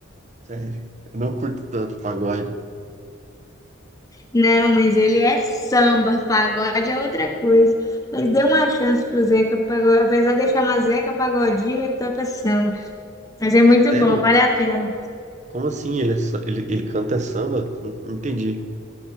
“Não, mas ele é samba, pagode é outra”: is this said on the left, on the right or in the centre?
Left